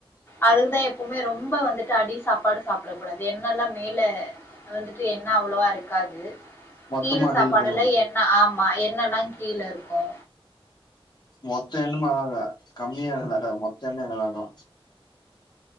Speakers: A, on the left (about 20°); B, on the left (about 45°).
A: அதுக்குதா எப்புமே ரொம்ப வந்துட்டு அடி சாப்பாடு சாப்புட கூடாது எண்ணலா மேல வந்துட்டு எண்ண அவ்வுளவா இருக்காது
B: மொத்தமா
A: கீழ
B: அடில
A: சாப்பாடுல
B: போயிரு
A: எண்ண ஆம் மா எண்ணல்லா கீழ இருக்கு
B: மொத்த எண்ணும ஆக கம்மியாருக்குல்லகா மொத் எண்ணயு கலக்கு